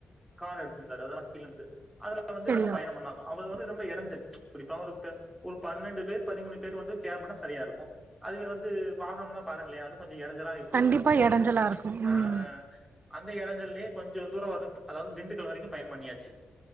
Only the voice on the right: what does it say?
சரியோ
கண்டிப்பா
எடஞ்சலா இருக்கு ம்